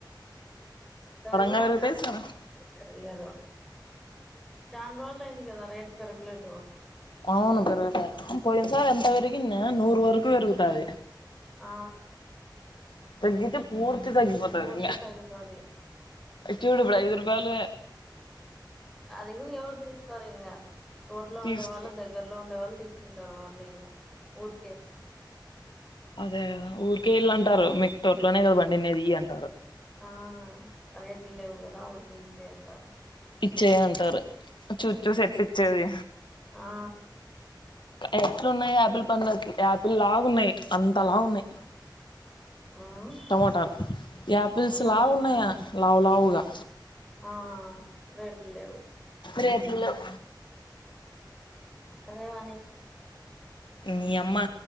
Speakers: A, in the centre; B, on the left (about 75°).
A: పెరగలారగలేద
B: గా పెరుగుతాయి సడన్
A: చా రోజులు అయింది కదా రేట్ పెరగలేదు
B: అవును పెరుట పోయిసా ఎంత వరికున్న నూరు వరకు వెరుగుతాదది
A: ఆ
B: తగ్గతే పూర్తి తగ్గిపోది
A: పూర్తి
B: ఈగ
A: తగ్గుతాది
B: ఇచుడు ఐదు రుపాలు
A: అది కూడాని ఎవరు తీసుకోారు ఇంకా తోటలో
B: తీసుకో
A: ఉండే వాళ్ళ దగ్గరలో ఉండే వాళ్ళు తీసుకుంటారు వాళ్ళు ఇం ఊరికే
B: అదే కదా ఊరికే ఇళ్ళ అంటారు మీకు తోట్లోనే కదండి నది అంటారు
A: ఆ రేట్లు లేవు కదా ఊరికె ఇచ్చయ అంటారు
B: ఇచ్చేది అంటారు చూచూ
A: మ్మ్
B: సెట్ల్ ఇచ్చేది
A: ఆ
B: ఎట్లు ఉన్నాయి యాపిల్ పండ్లు యాపిల్ లాగా ఉన్నాయి అంతలా ఉన్నాయి
A: మ్మ్
B: టమోటాలు యాపిల్స్
A: ఆ
B: లా ఉన్నాయా లవు లావుగా
A: ఆ రేట్లు లేవు
B: రేట్ లు లేవు
A: సరేవాని
B: నీ అమ్మ